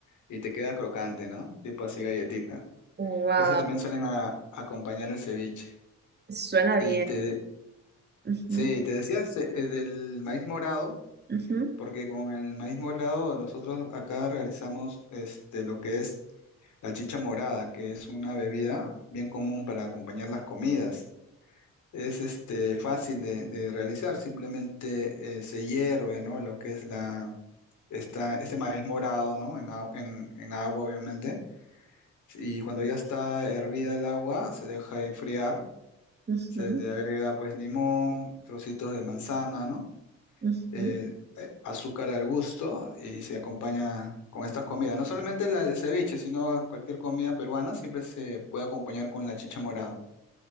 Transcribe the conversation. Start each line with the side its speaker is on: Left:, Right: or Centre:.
Left: y te queda crocante, ¿no? Tipo así galletita.
Right: Wow,
Left: Eso también suelen a- acompañar el ceviche.
Right: suena
Left: Y
Right: bien.
Left: te,
Right: Ujú,
Left: sí, te decías eh, del maíz morado,
Right: ujú,
Left: porque con el maíz morado nosotros acá realizamos este, lo que es La chicha morada, que es una bebida bien común para acompañar las comidas. Es este, fácil de, de realizar, simplemente eh, se hierve, ¿no? Lo que es la, esta, este maíz morado, ¿no? En, agu- en, en agua, obviamente. Y cuando ya está hervida el agua, se deja enfriar,
Right: ujú,
Left: se le agrega pues limón, trocitos de manzana, ¿no?
Right: ujú.
Left: eh, eh, azúcar al gusto y se acompaña con estas comidas. No solamente la del ceviche, sino cualquier comida peruana siempre se puede acompañar con la chicha morada.